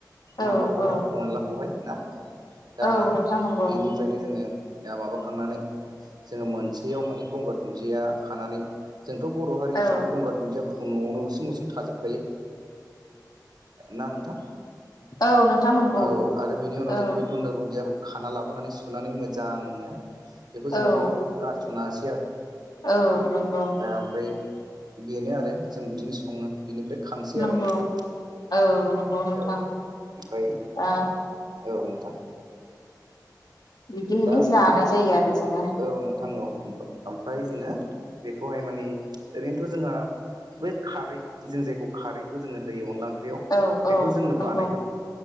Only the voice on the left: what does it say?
औ
औ
औ नोंथां नंगौ
औ
औ नोंथां नंगौ
औ
औ
औ नंगौ।
नंगौ
औ नंगौ नोंथां
दा
बिदियैनो
जानाय
जायो आरो जोङो
औ
औ
नंगौ